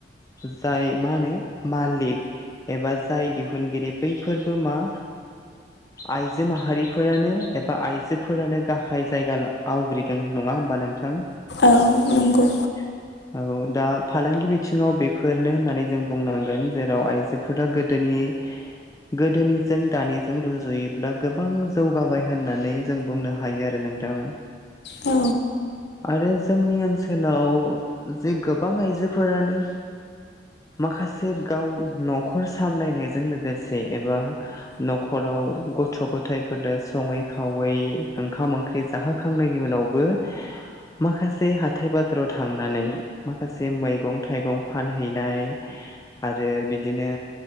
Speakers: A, on the left; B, on the left.
A: जाय मा होनो मालिक एबा जाय दिहुनगिरि बैफोरबो मा आइजो माहारिफोरानो एबा आइजोफोरानो गाहाय जायगा आवग्रिदों। नङा होमबा नोंथां?
B: औ नंगौ।
A: <unintelligible> औ दा फालांगि बिथिङाव बेफोरनो होननानै जों बुंनांगोन जेराव आइजोफोरा गोदोनि गोदोनिजों दानिजों जों रुजुयोब्ला गोबां जौगाबाय होननानै जों बुंनो हायो आरो नोंथां।
B: औ।
A: आरो जोंनि ओनसोलाव जे गोबां आइजोफोरानो माखासे गाव नखर सामलायनायजों लोगोसे एबा न खराव गथ' गथायाइफोरनो सङै खावै ओंख्रि जाहोखांनायनि उनावबो <unintelligible> माखासे हाथाय बाजाराव थांनानै माखासे मैगं थाइगं फानहैनाय आरो बिदिनो